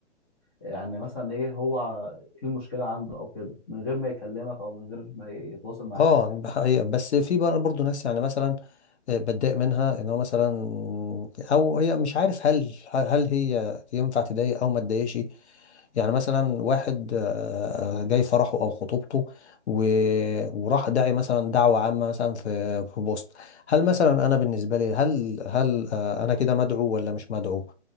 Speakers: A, on the left; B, on the left.
A: يعني مثلا ايه هو ايه المشكله عنده او كده من غير ما يكلمك او من غير ما يتواصل معاك
B: اه ده حقيقة بس في بقى برضه ناس يعني مثلا آه، بتضايق منها ان هو مثلا او هي مش عارف هل هل هي ينفع تضايق او ما تضايقش يعني مثلا واحد آه، جاي فرحه او خطوبته و- وراح داعي مثلا دعوة عامة مثلا في في بوست هل مثلا انا بالنسبة لي هل هل آه، انا كده مدعو ولا مش مدعو